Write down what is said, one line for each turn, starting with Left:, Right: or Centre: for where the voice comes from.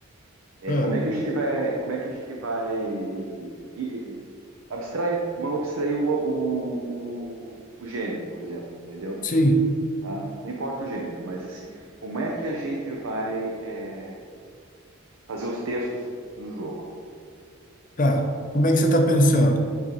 Right: É,
Left: Ah,
Right: como é que a gente vai, como é que a gente vai e- e- abstrai, o- vamos abstrair o, o, o, o gênero, por exemplo, entendeu?
Left: sim,
Right: Tá? Não importa o gênero, mas assim, como é que a gente vai é, fazer os textos do jogo?
Left: tá. Como é que você está pensando?